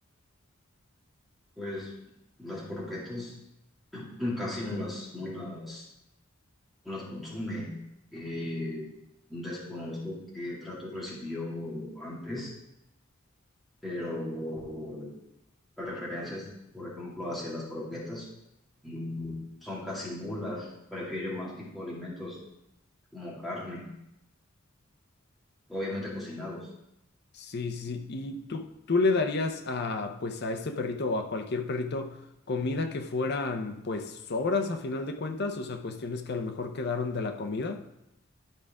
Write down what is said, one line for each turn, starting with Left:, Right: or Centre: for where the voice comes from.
Centre: Pues las croquetas casi no las, no las no las consume. Eh, desconozco qué trato recibió antes, pero preferencias, por ejemplo, hacia las croquetas mm, son casi nulas. Prefiere más tipo de alimentos como carne, obviamente cocinados.
Left: Sí, sí. ¿Y tú, tú le darías a, pues, a este perrito o a cualquier perrito comida que fueran, pues, sobras a final de cuentas? O sea, cuestiones que a lo mejor quedaron de la comida.